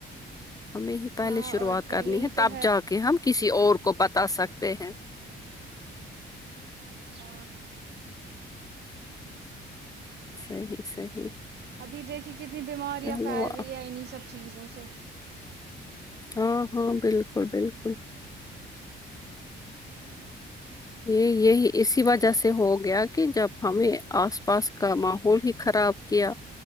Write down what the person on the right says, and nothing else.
ہاں
اور کیا
یہی
تو
ہ
ابھی دیکھیے کتنی بیماریاں
پھیل رہی ہیں انہیں سب چیزوں سے